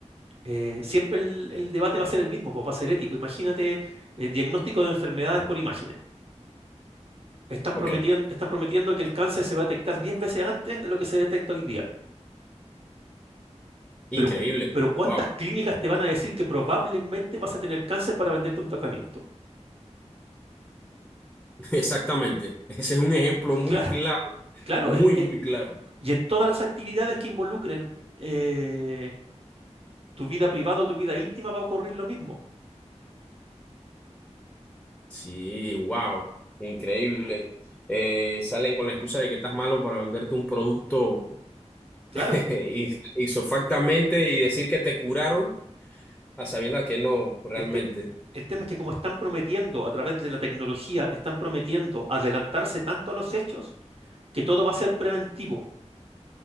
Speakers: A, on the right; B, in the centre.
A: eh, siempre el, el debate va a ser el mismo, pues va a ser ético. Imagínate, eh, diagnóstico de enfermedades por imágenes. Están prometiendo,
B: Ok,
A: están prometiendo que el cáncer se va a detectar 10 veces antes de lo que se detecta hoy día.
B: increíble.
A: Pero, pero ¿cuántas
B: Wow.
A: clínicas te van a decir que probablemente vas a tener cáncer para venderte un tratamiento?
B: <laughs> Exactamente. Ese es un ejemplo muy
A: Claro,
B: claro,
A: claro.
B: muy,
A: es- es-
B: muy claro.
A: y en todas las actividades que involucren eh, tu vida privada o tu vida íntima va a ocurrir lo mismo.
B: Sí, wow, increíble. Eh, salen con la excusa de que estás malo para venderte un producto
A: Claro.
B: <laughs> y y isofactamente y decir que te curaron a sabiendas que no, realmente.
A: El, te- el tema es que como están prometiendo a través de la tecnología, están prometiendo adelantarse tanto a los hechos que todo va a ser preventivo.